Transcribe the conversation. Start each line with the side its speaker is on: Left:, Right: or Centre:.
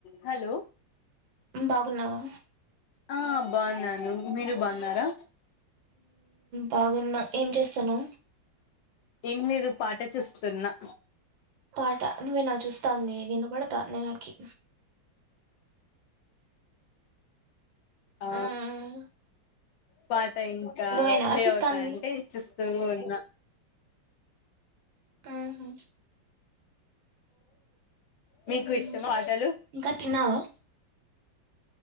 Left: హలో
Right: బాగున్నావా
Left: ఆ బాగున్నాను మీరు బాగున్నారా
Right: బాగున్న ఏం చేస్తాను
Left: ఏం లేదు పాట చూస్తున్నా
Right: పాట నువ్వేనా చూస్తా న వినపడతా న నాకి
Left: ఆ
Right: మ్
Left: పా అ ఇంకా
Right: నువ్వేనా
Left: ప్లే
Right: చూస్తాంది
Left: అవుతాయింటే చూస్తూ ఉన్నా
Right: ఉహు
Left: మీకు
Right: మ్
Left: ఇష్టము పాటలు
Right: ఇంకా తిన్నావా